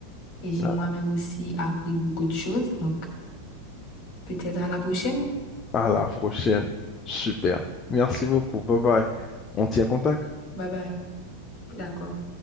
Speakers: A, on the left; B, on the left.
A: Et j'ai
B: À
A: moi-même aussi appris beaucoup de choses. Donc, peut-être à la prochaine.
B: à la prochaine. Super. Merci beaucoup. Bye bye. On tient contact.
A: Bye bye. D'accord.